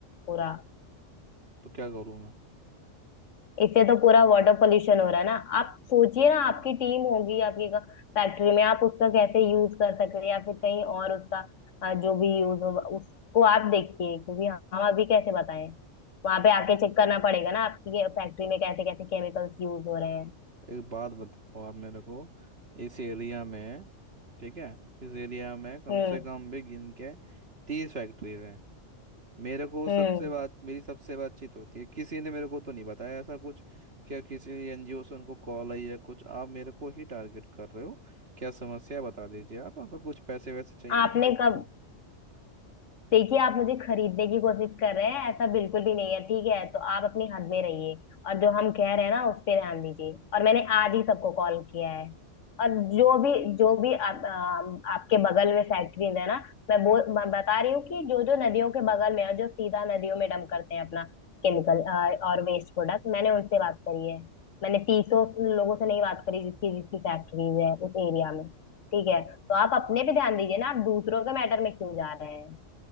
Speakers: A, on the left (about 85°); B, on the right (about 55°).
A: पूरा
B: तो क्या करूँ मैं
A: इससे तो पूरा वाटर पोल्यूशन हो रहा है ना आप सोचिए ना आपकी टीम होगी आपकी फैक्ट्री में आप उसका कैसे यूज कर सकते हैं या फिर कहीं और उसका अ, जो भी यूज होगा उसको आप देखिए क्योंकि हम अभी कैसे बताएं वहां पे आके चेक करना पड़ेगा ना आपकी फैक्ट्री में कैसे कैसे केमिकल्स यूज हो रहे हैं
B: एक बात बताओ आप मेरे को इस एरिया में ठीक है इस एरिया में कम
A: हम्म
B: से कम भी गिन के तीस फैक्ट्रीज हैं मेरे को
A: हम्म
B: सबसे बात मेरी सबसे बातचीत होती है किसी ने मेरे को तो नहीं बताया ऐसा कुछ क्या किसी एनजीओ से उनको कॉल आई है कुछ आप मेरे को ही टारगेट कर रहे हो क्या समस्या है बता दीजिए आप अगर कुछ पैसे वैसे चाहिए
A: आपने
B: मैं दे दूंगा
A: कब देखिए आप मुझे खरीदने की कोशिश कर रहे हैं ऐसा बिल्कुल भी नहीं है ठीक है तो आप अपनी हद में रहिए और जो हम कह रहे हैं ना उस पे ध्यान दीजिए और मैंने आज ही सबको कॉल किया है और जो भी जो भी आप, आ, आपके बगल में फैक्ट्रीज है ना मैं वो मैं बता रही हूँ कि जो जो नदियों के बगल में है और जो सीधा नदियों में डंप करते हैं अपना केमिकल और वेस्ट प्रोडक्ट मैंने उनसे बात करी है मैंने तीसों लोगों से नहीं बात करी जिसकी जिसकी फैक्ट्रीज है उस एरिया में ठीक है तो आप अपने पे ध्यान दीजिए ना आप दूसरों के मैटर में क्यों जा रहे हैं